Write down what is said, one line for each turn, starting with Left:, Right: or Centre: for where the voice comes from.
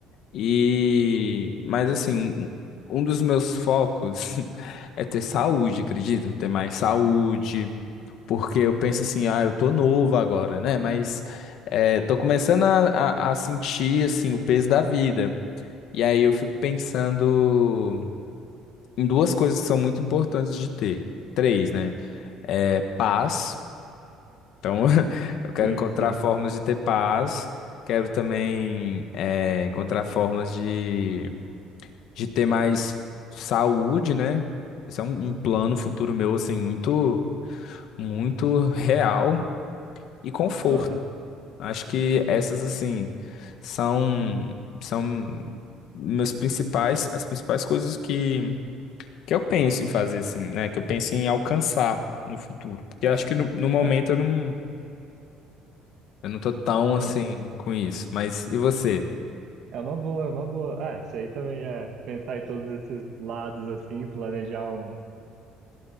Left: E, mas assim, um um dos meus focos <laughs> é ter saúde, acredita? Ter mais saúde, porque eu penso assim, ah, eu tô novo agora, né? Mas é, tô começando a, a a sentir, assim, o peso da vida. E aí eu fico pensando em duas coisas que são muito importantes de ter. Três, né? É paz. Então, <laughs> eu quero
Right: Sim,
Left: encontrar
Right: sim.
Left: formas de ter paz. Quero também é, encontrar formas de, de ter mais saúde, né? Isso é um, um plano futuro meu, assim, muito, muito real e conforto.
Right: Aham.
Left: Acho que essas, assim, são, são meus principais, as principais coisas que que eu penso em fazer assim, né? Que eu penso em alcançar no futuro. Porque eu acho
Right: É,
Left: que no, no momento
Right: é,
Left: eu não, eu não tô tão assim
Right: é,
Left: com isso. Mas e você?
Right: é uma boa, é uma boa. Ah, isso aí também é pensar em todos esses lados assim, planejar um.